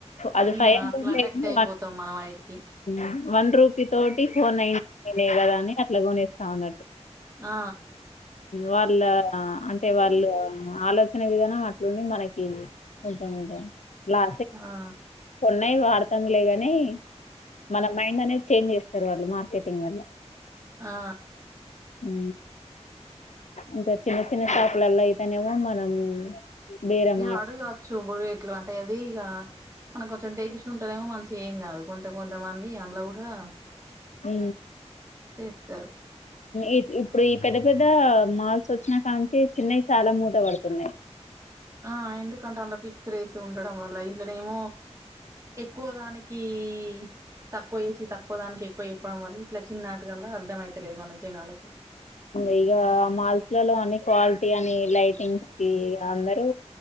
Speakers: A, on the left; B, on the right.
A: అది
B: ఇగ
A: ఫైవ్
B: అట్లా
A: హండ్రెడ్లే
B: అటాక్ట్ అయిపోతాం
A: వన్
B: మనం వాటికి
A: ఉమ్ వన్ రూపీ తోటి ఫోర్ నైన్ టి నైనే కదా అని అట్లా కొనేస్తా ఉన్న
B: ఆ
A: వాళ్ళ అంటే వాళ్ళు ఆలోచన విధనం అట్ మనకి కంచం ఇగ లా
B: ఆ
A: కొన్ని వాడతాంలేగాని మన మైండ్ అనేది చేంజ్ చేస్తారు వాళ్ళు మార్కెటింగ్ వల్ల
B: ఆ
A: ఉ ఇంక చిన్న చిన్న షాపులలో అయితేనేమో మనం బేరమాడ
B: ఇగ అడు కావచ్చు ముడి ఇట్లు అంటే అది ఇగ మనకు కొంచెం తెలిసు ఉంటారేమో మంచిగ ఎం కాదు కొంత కొంతమంది అందులో కూడా
A: ఉ
B: చేస్తారు
A: ఇ ఇప్పుడు పెద్ద పెద్ద మాల్స్ వచ్చినా కాంచి చిన్నవి చాలా మూత పడుతున్నాయి
B: ఆ ఎందుకంటే అంత ఫిక్స్ రేసి ఉండడం వల్ల ఇల్ళనేమో ఎక్కువ దానికి ఇ తక్కువ చేసి తక్కువ దానికి ఎక్కువ ఎప్పడం వల్ల ఇట్ల చిన్నటికల్లా అర్ధం అయితలేదు మన జనాలకు
A: ఇగ మాల్స్లలో అని క్వాలిటీ అని లైటింగ్స్ కి ఇ అందరు